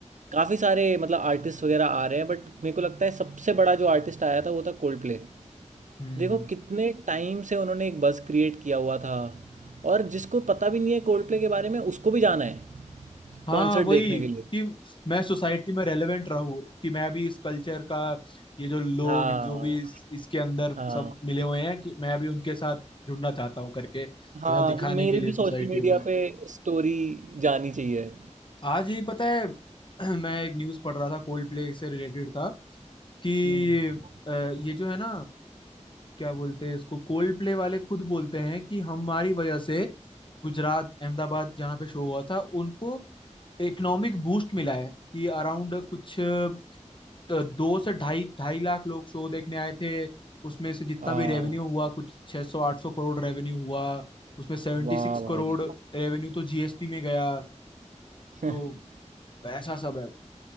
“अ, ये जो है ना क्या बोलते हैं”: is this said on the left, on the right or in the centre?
Left